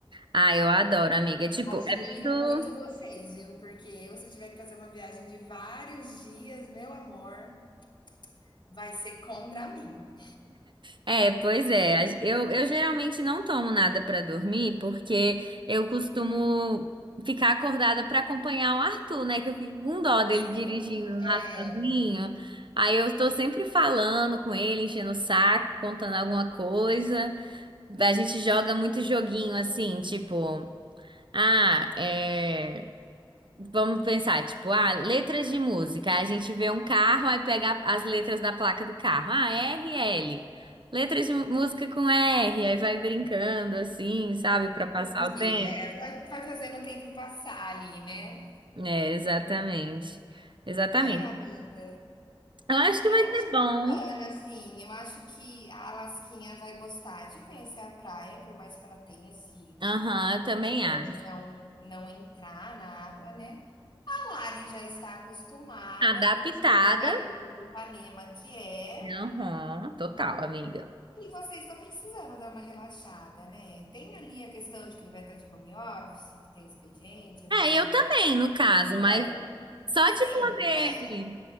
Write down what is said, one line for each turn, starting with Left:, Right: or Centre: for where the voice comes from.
Right: Ah, eu adoro, amiga. Tipo,
Left: Admiro
Right: é muito.
Left: muito vocês, viu, porque eu se tiver que fazer uma viagem de vários dias, meu amor, vai ser contra mim.
Right: É, pois é. A- Eu, eu geralmente não tomo nada pra dormir, porque eu costumo ficar acordada pra acompanhar o Arthur, né? Que eu fico com dó dele
Left: Sim,
Right: dirigindo
Left: é,
Right: lá sozinho. Aí eu estou sempre falando com ele, enchendo o saco, contando alguma coisa. A gente joga muito joguinho assim, tipo, ah, é. Vamos pensar, tipo, ah, letras de música. Aí A gente vê um carro, aí pega as letras da placa do carro. Ah, é R, L. Letras de música com R, aí vai brincando assim, sabe, Pra passar
Left: entendi.
Right: o tempo.
Left: É, vai vai fazendo o tempo passar ali, né.
Right: É, exatamente. Exatamente.
Left: É, amiga,
Right: Eu acho que
Left: Eu
Right: vai
Left: acho
Right: ser bom.
Left: bacana, assim. Eu acho que a Lasquinha vai gostar de conhecer a praia, por mais que ela tenha esse,
Right: Aham, eu
Left: essa
Right: também
Left: questão
Right: acho.
Left: de não, não entrar na água, né? A Lari já está acostumada,
Right: Adaptada.
Left: a princesa garota de Ipanema que é.
Right: Aham, total, amiga.
Left: E vocês estão precisando dar uma relaxada, né? Tem ali a questão de que ele vai estar de home office, que tem expediente, às
Right: É,
Left: vezes
Right: eu
Left: tem
Right: também, no caso,
Left: reunião.
Right: mas Só
Left: Sim,
Right: de poder
Left: é.